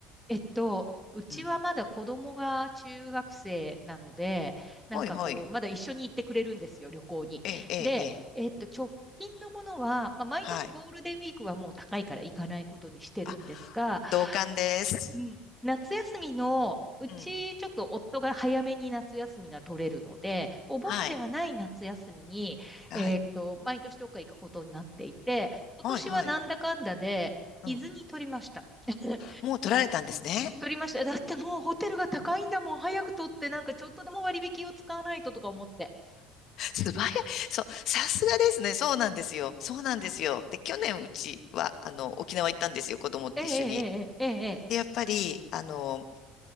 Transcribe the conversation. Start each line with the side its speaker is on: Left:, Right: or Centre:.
Centre: えっと、うちはまだ子供が中学生なので、
Left: うん。
Centre: なんかこう、
Left: ほいほい。
Centre: まだ一緒に行ってくれるんですよ、旅行に。
Left: ええ、ええ、
Centre: で、
Left: ええ。
Centre: えっと、直近のものは、まあ、毎年ゴールデンウィークはもう高いから行かないことにしてるんですが、
Left: はい。あ、同感です。
Centre: うん。夏休みの、うちちょっと夫が早めに夏休みが取れるので、
Left: うん。
Centre: お盆ではない夏休みに、
Left: はい。はい。
Centre: えーっと、毎年どっか行くことになっていて、今年はなんだかんだで、
Left: はいはい。うん。
Centre: 伊豆に取りました。<laughs>
Left: もう取られたんですね。
Centre: 取りました。だってもうホテルが高いんだもん。早く取って、なんかちょっとでも割引を使わないととか思って。
Left: <laughs> 素早い。そう。さすがですね。そうなんですよ。そうなんですよ。で、去年うちは、あの、沖縄行ったんですよ。子供と一緒に。
Centre: ええええええ
Left: で、やっぱり、あの、